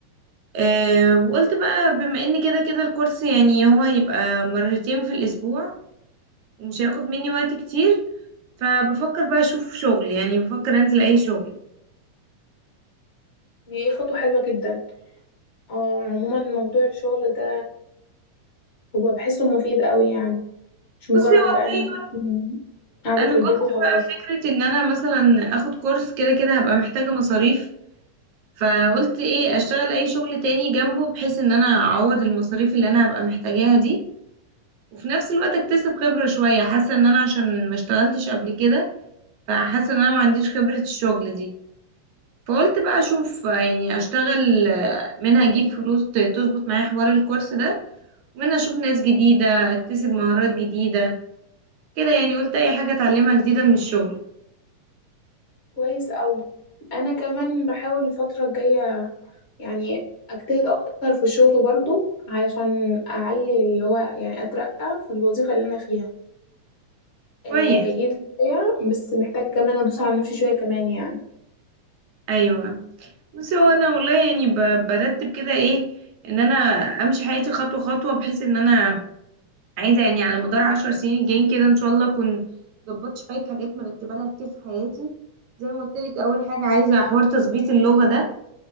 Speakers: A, on the right (about 70°); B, on the left (about 80°).
A: أه وقلت بقى بما ان كده كده الكورس يعني هو هيبقى مرتين في الاسبوع ومش هياخد مني وقت كتير فبفكر بقى اشوف شغل يعني بفكر انزل اي شغل
B: دي خطوة حلوة جدا اه عموما موضوع الشغل ده هو بحسه مفيد قوي يعني مش مجرد
A: بصي والله
B: بقى ان انت قاعدة
A: انا
B: في
A: قلت
B: البيت وخلاص
A: بقى فكره ان انا مثلا اخد كورس كده كده هبقى محتاجه مصاريف فقلت ايه اشتغل اي شغل تاني جنبه بحيث ان انا اعوض المصاريف اللي انا هبقى محتاجاها دي وفي نفس الوقت اكتسب خبره شويه حاسه ان انا عشان ما اشتغلتش قبل كده فحاسه ان انا ما عنديش خبره الشغل دي فقلت بقى اشوف يعني اشتغل منها اجيب فلوس ت- تظبط معايا حوار الكورس ده ومنها اشوف ناس جديده اكتسب مهارات جديده كده يعني قلت اي حاجه اتعلمها جديده من الشغل
B: كويس قوي انا كمان بحاول الفترة الجاية يعني اجتهد اكتر في الشغل برضو علشان اعلي اللي هو يعني اترقى في الوظيفة اللي انا فيها آه
A: كويس
B: هيجيلي ترقية بس محتاجة كمان ادوس على نفسي شوية كمان يعني
A: ايوه بس هو انا والله يعني ب- برتب كده ايه ان انا امشي حياتي خطوه خطوه بحيث ان انا عايزه يعني على مدار عشر سنين الجايين كده ان شاء الله اكون ظبطت شويه حاجات مرتبه لها كتير في حياتي زي ما قلت لك اول حاجه عايزه حوار تظبيط اللغه ده